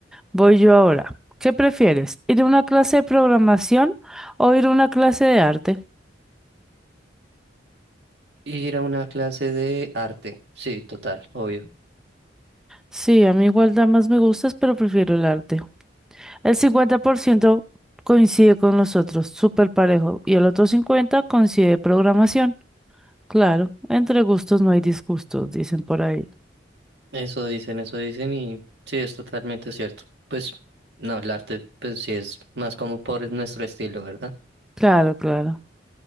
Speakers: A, in the centre; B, on the right.
A: Voy yo ahora. ¿Qué prefieres? ¿Ir a una clase de programación o ir a una clase de arte?
B: Ir a una clase de arte. Sí, total, obvio.
A: Sí, a mí igual da más me gustas, pero prefiero el arte. El 50% coincide con nosotros, súper parejo, y el otro 50% coincide programación. Claro, entre gustos no hay disgustos, dicen por ahí.
B: Eso dicen, eso dicen y sí, es totalmente cierto. Pues no, el arte, pues sí es más como por nuestro estilo, ¿verdad?
A: Claro, claro.